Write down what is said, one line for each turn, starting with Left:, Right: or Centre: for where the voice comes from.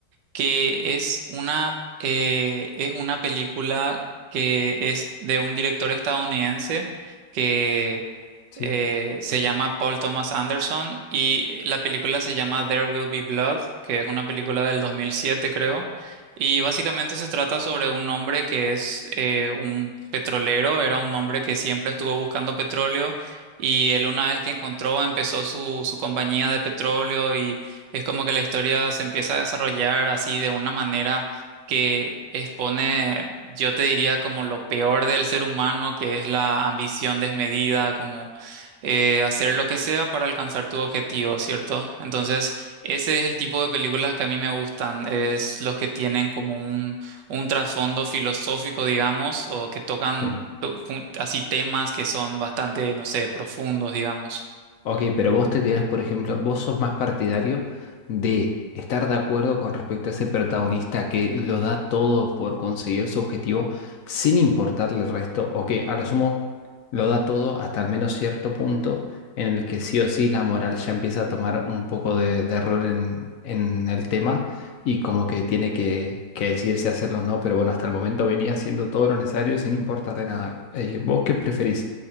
Right: que es una, eh, es una película que es de un director estadounidense que
Left: Sí,
Right: eh, se llama Paul Thomas Anderson y la película se llama There Will Be Blood, que es una película del 2007 creo. Y básicamente se trata sobre un hombre que es eh, un petrolero, era un hombre que siempre estuvo buscando petróleo y él una vez que encontró empezó su, su compañía de petróleo y es como que la historia se empieza a desarrollar así de una manera que expone, yo te diría, como lo peor del ser humano, que es la ambición desmedida, como eh, hacer lo que sea para alcanzar tu objetivo, ¿cierto? Entonces, ese es el tipo de películas que a mí me gustan, es los que tienen como un, un trasfondo filosófico, digamos, o que tocan
Left: sí.
Right: to- pun- así temas que son bastante, no sé, profundos, digamos.
Left: Ok, pero vos te tirás, por ejemplo, vos sos más partidario de estar de acuerdo con respecto a ese protagonista que lo da todo por conseguir su objetivo sin importarle el resto, o que a lo sumo lo da todo hasta al menos cierto punto en el que sí o sí la moral ya empieza a tomar un poco de, de rol en, en el tema y como que tiene que, que decidirse hacerlo o no, pero bueno, hasta el momento venía haciendo todo lo necesario sin importarle nada. Eh, ¿vos qué preferís?